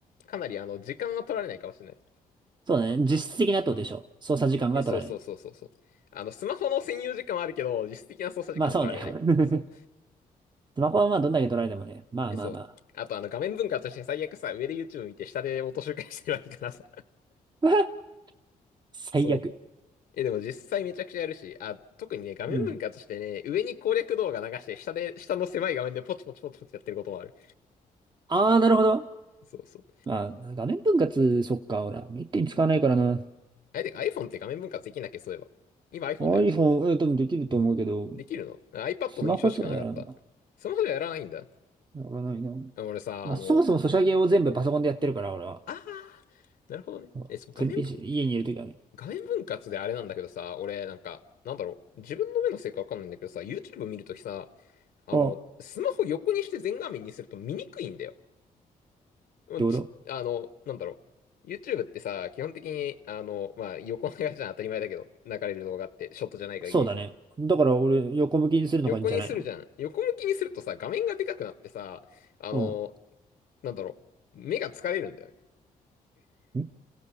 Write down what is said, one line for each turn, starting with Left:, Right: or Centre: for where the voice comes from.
Left: かなり、あの、時間が取られないかもしれない。
Right: そうね。実質的なってことでしょ。操作時間が取られない。
Left: え、そうそうそうそうそう。あの、スマホの専用時間はあるけど、実質的な操作時間は取られない。
Right: まあそうね。<laughs>
Left: えそう。
Right: スマホはまあどんだけ取られてもね。まあまあまあ。
Left: え、そう。あと、あの、画面分割として最悪さ、上で YouTube 見て、下でオート周回してればいいからさ。
Right: <laughs> 最悪。
Left: そう。え、でも実際めちゃくちゃやるし、あ、特にね、画面分割してね、
Right: うん。
Left: 上に攻略動画流して、下で、下の狭い画面でポチポチポチポチやってることもある。
Right: ああ、なるほど。
Left: そうそう。
Right: まあ、画面分割、そっか、俺は。めったに使わないからな。
Left: あれ、てか iPhone って画面分割できんだっけ、そういえば。今 iPhone
Right: iPhone、
Left: だよね。
Right: え、多分できると思うけど、
Left: できるの ?iPad
Right: スマホじゃやらんな。
Left: の印象しかなかった。スマホではやらないんだ。
Right: やらないな。
Left: あ俺さ、
Right: まあ、
Left: あの、
Right: そもそもソシャゲを全部パソコンでやってるから、俺は。
Left: あー、なるほどね。
Right: うん全
Left: え、そう、画面分、
Right: PC、家にいるときはね。
Left: 画面分割であれなんだけどさ、俺、なんか、なんだろう、自分の目のせいかわかんないんだけどさ、YouTube 見るときさ、あの、
Right: ああ、っ
Left: スマホ横にして全画面にすると見にくいんだよ。もうち、
Right: てこと
Left: あの、なんだろう。YouTube ってさ、基本的に、あの、まあ、横長じゃん、当たり前だけど、流れる動画って、ショットじゃない限り。
Right: そうだね。だから俺、横向きにするのがいいんじゃないの
Left: 横にするじゃん。横向きにするとさ、画面がでかくなってさ、あの、
Right: うん。
Left: なんだろう。目が疲れるんだよね。
Right: んっ